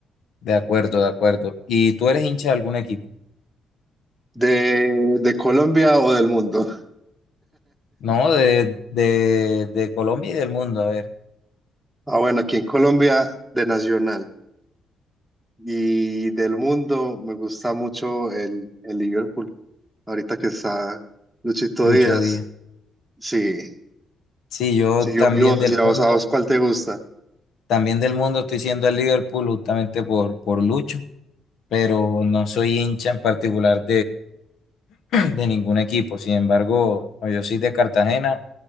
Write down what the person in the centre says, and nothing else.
De, de Colombia o del mundo.
Ah, bueno, aquí en Colombia de Nacional y del mundo me gusta mucho el, el Liverpool. Ahorita que está Luchito
Díaz.
Sí,
sí,
yo, y vos,
y a
vos, a vos, ¿cuál te gusta?